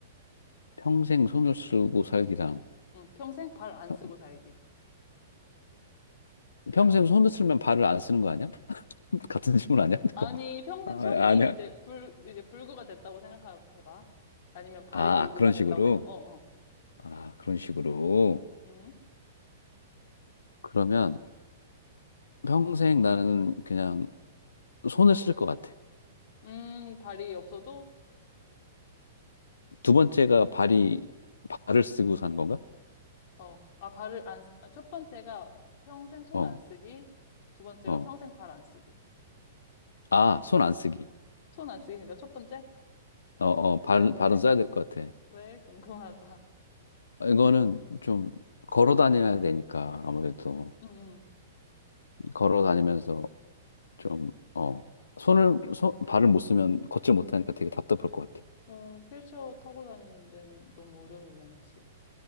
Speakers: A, on the left; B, on the left.
A: 평생 손을 쓰고 살기랑
B: 응, 평생 발 안
A: 평-
B: 쓰고 살기. 그러니까,
A: 평생 손을 쓰면 발을 안 쓰는 거 아니야? <laughs> 같은 질문 아니야? <laughs> 잠깐만.
B: 아니, 평생
A: 아,
B: 손이
A: 아니야.
B: 이제 불, 이제 불구가 됐다고 생각해봐. 아니면 발이
A: 아,
B: 불구가
A: 그런
B: 됐다고
A: 식으로.
B: 생각, 어, 어.
A: 아, 그런 식으로.
B: 음,
A: 그러면 평생 나는 그냥 손을 쓸 것 같아.
B: 음, 발이 없어도,
A: 두 번째가 발이 발을 쓰고 사는 건가?
B: 어, 아, 발을 안, 쓰- 아, 첫 번째가 평생 손
A: 어,
B: 안 쓰기. 두 번째가
A: 어.
B: 평생 발 안 쓰기.
A: 아, 손 안 쓰기.
B: 손 안 쓰기, 그러니까 첫 번째?
A: 어, 어. 발
B: 왜, 왜?
A: 발은 써야 될 것 같아.
B: 왜? 궁금하다.
A: 이거는 좀 걸어 다녀야 되니까 아무래도
B: 응, 응.
A: 걸어 다니면서 좀, 어, 손을, 손, 발을 못 쓰면 걷질 못하니까 되게 답답할 것 같아.
B: 어, 휠체어 타고 다니는 데는 너무 어려움이 많지.